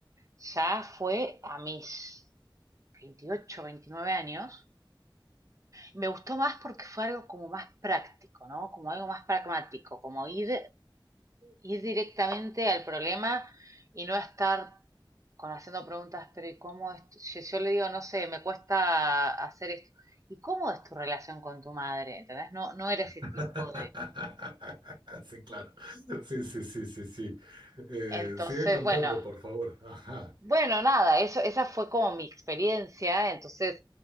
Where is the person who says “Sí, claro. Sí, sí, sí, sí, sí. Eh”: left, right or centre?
Right